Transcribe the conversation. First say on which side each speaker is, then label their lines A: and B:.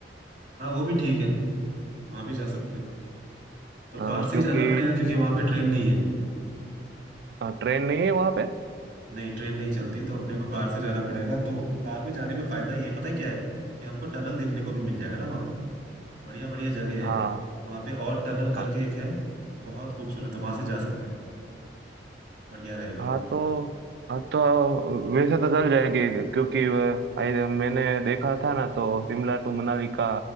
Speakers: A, on the right; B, on the right.
A: हाँ वो भी ठीक है वहाँ भी जा सकते हैं तो
B: क्योंकि
A: कार से ही जाना पड़ेगा क्योंकि वहाँ पे ट्रेन नहीं है
B: ट्रेन नहीं है वहाँ पे
A: नहीं ट्रेन नहीं चलती तो अपने को कार से जाना पड़ेगा तो कार में जाने में फायदा ये पता है क्या है कि हमको टनल देखने को भी मिल जाएगा ना वहाँ पे बढ़िया बढ़िया जगह
B: हाँ
A: है वहाँ पे और टनल
B: हाँ।
A: करके एक है बहुत खूबसूरत है वहाँ से जा सकते हैं बढ़िया रहेगा
B: हाँ
A: वो
B: तो हाँ तो वैसे तो चल जाएगी क्योंकि वह- आई मैंने देखा था ना तो शिमला टू मनाली का